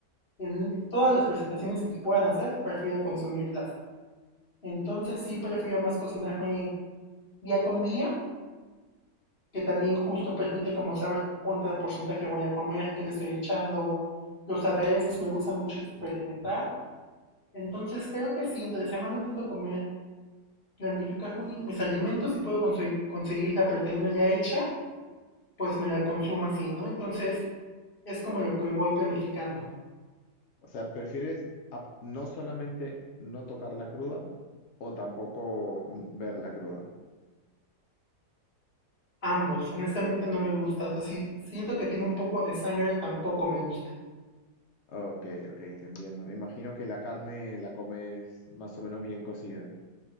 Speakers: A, on the left; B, on the left.
A: en todas las presentaciones que se puedan hacer, prefiero consumirlas. Entonces sí prefiero más cocinarme día con día, que también justo permite como saber cuánto porcentaje voy a comer, qué le estoy echando, los aderezos, me gusta mucho experimentar. Entonces creo que sí, entre semana intento comer, planificar muy, mis alimentos si puedo conseguir, conseguir la proteína ya hecha, pues me la consumo así, ¿no? Entonces es como lo que voy planificando.
B: O sea, prefieres ap- no solamente no tocarla cruda o tampoco verla cruda.
A: Ambos, honestamente no me gusta. O sea, si siento que tiene un poco de sangre, tampoco me gusta.
B: Ok, ok, te entiendo. Me imagino que la carne la comes más o menos bien cocida.